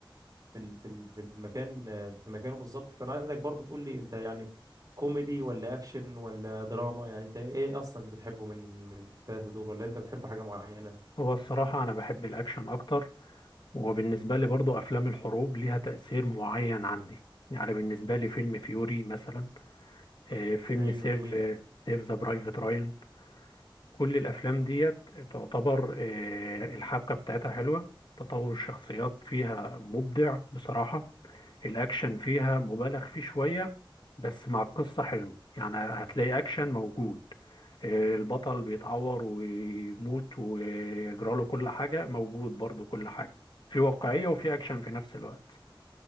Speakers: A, on the right (about 40°); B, on the left (about 60°).
A: في ال- في ال- في المكان في مكانه بالظبط فانا عايزك برضو تقول لي انت يعني كوميدي ولا اكشن ولا دراما يعني انت ايه اصلا اللي بتحبه من من التلاته دول ولا انت بتحب حاجه معينه
B: هو الصراحة أنا بحب الأكشن أكتر وبالنسبة لي برضو أفلام الحروب ليها تأثير معين عندي يعني بالنسبة لي فيلم فيوري مثلا آه، فيلم
A: ايوه
B: سيف
A: جميل
B: آه، سيف ذا برايفت راين كل الافلام ديت تعتبر آه، الحبكه بتاعتها حلوه تطور الشخصيات فيها مبدع بصراحه الاكشن فيها مبالغ فيه شويه بس مع القصه حلو يعني هتلاقي اكشن موجود آه، البطل بيتعور ويموت ويجراله كل حاجه موجود برضو كل حاجه في واقعيه وفي اكشن في نفس الوقت